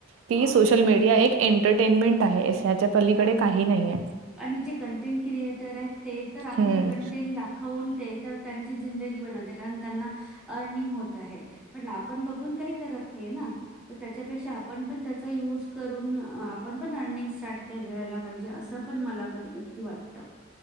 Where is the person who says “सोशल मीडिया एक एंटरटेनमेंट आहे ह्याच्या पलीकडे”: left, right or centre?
Right